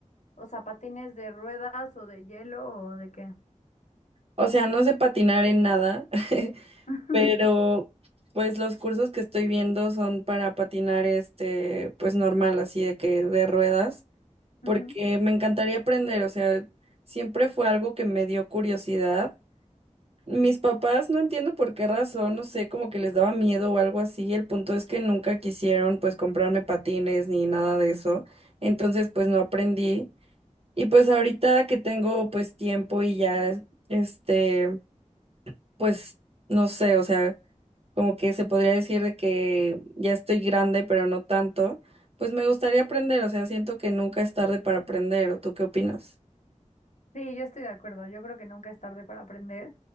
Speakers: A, on the left; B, on the right.
A: O sea, patines de ruedas o de hielo o de qué?
B: O sea, no sé patinar en nada, <laughs>
A: <laughs>
B: pero pues los cursos que estoy viendo son para patinar, este, pues normal, así de que de ruedas,
A: Ujú.
B: porque me encantaría aprender, o sea, siempre fue algo que me dio curiosidad Mis papás no entiendo por qué razón, no sé, como que les daba miedo o algo así. El punto es que nunca quisieron pues comprarme patines ni nada de eso. Entonces pues no aprendí. Y pues ahorita que tengo pues tiempo y ya este pues no sé, o sea, como que se podría decir de que ya estoy grande, pero no tanto, pues me gustaría aprender, o sea, siento que nunca es tarde para aprender. ¿O tú qué opinas?
A: Sí, yo estoy de acuerdo. Yo creo que nunca es tarde para aprender.